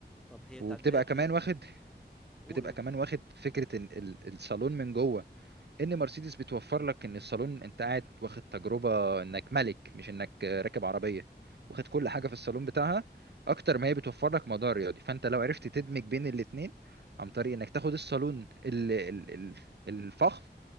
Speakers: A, in the centre; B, on the right (about 70°).
A: طب هي التعديلات
B: وبتبقى
A: دي
B: كمان واخد
A: مم. قول
B: بتبقى
A: قول
B: كمان واخد فكره إن ال- الصالون من جوه ان
A: مم.
B: مرسيدس بتوفر لك ان الصالون انت قاعد واخد تجربه انك ملك مش انك راكب عربيه
A: مم.
B: واخد كل حاجه في الصالون بتاعها اكتر ما هي بتوفر لك موضوع رياضي فانت لو عرفت تدمج بين الاتنين عن طريق انك تاخد الصالون ال- ال- ال- الفخم